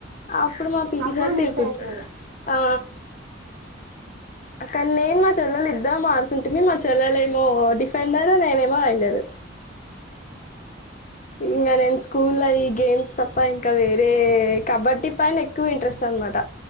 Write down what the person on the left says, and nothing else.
అప్పుడు మా పిటిసారి
తిరడుతుంటడు
ఆ కానీ నేను మా చెల్లెలు ఇద్దరు ఆడుతుంటిమి మా చెల్లలు ఏమో డిఫెండర్ నేనేమో రైడర్ ఇంకా నేను స్కూల్లో ఈ గేమ్స్ తప్ప ఇంకా వేరే కబడ్డీ పైన ఎక్కువ ఇంట్రెస్ట్ అనమాట